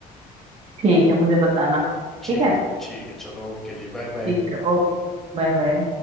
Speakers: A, on the right; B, in the centre.
A: ठीक है मुझे बताना
B: ठीक
A: ठीक है
B: है ठीक है चलो ओके जी बाय बाय
A: ठीक है ओके बाय बाय